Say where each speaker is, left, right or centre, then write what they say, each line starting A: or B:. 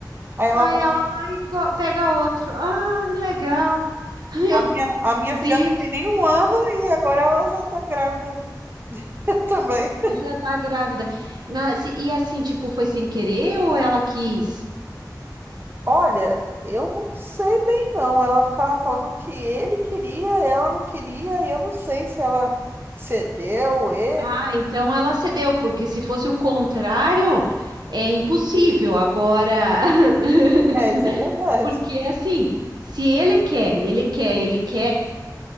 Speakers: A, on the right; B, on the right.
A: aí ela
B: Aí
A: vai.
B: ela vai e co- pega outro. Ah, legal. <laughs> Meu
A: A minha, a minha filha
B: Deus,
A: não tem nem um ano e agora ela já tá grávida <laughs> também.
B: já tá grávida. Mas e e assim, tipo, foi sem querer ou ela quis?
A: Olha, eu não sei bem não. Ela ficava falando que ele queria, ela não queria, e eu não sei se ela cedeu ele.
B: Ah, então ela cedeu, porque se fosse o contrário, é impossível. Agora, <laughs>
A: É, isso é verdade.
B: porque assim, se ele quer, ele quer, ele quer,